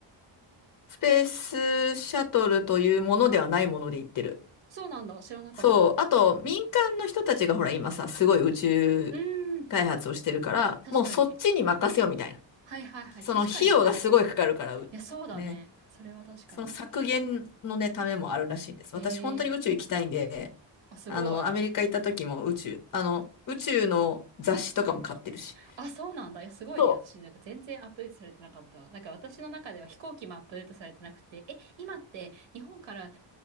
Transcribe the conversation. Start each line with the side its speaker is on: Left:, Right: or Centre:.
Left: スペースシャトルというものではないもので言ってる。
Right: そうなんだ。知らなかった。
Left: そう。あと、民間の人たちがほら、今さ、すごい宇宙
Right: うーん。
Left: 開発をしてるから、
Right: 確かに。
Left: もうそっちに任せようみたいな。
Right: はいはいはい。
Left: その費用がすごいかかるから、
Right: 確かにね。
Left: うね。
Right: いや、そうだね。それは確かに。
Left: その削減のね、ためもあるらしいです。
Right: へえ。
Left: 私、本当に宇宙行きたいんで、
Right: あ、すごい。
Left: あの、アメリカ行った時も宇宙、あの、宇宙の雑誌とかも買ってるし。
Right: あ、そうなんだ。いや、すごいね。
Left: そ
Right: 私、なんか全然アップデートされてなかったわ。なんか私の中では飛行機もアップデートされてなくて、え、今って日本から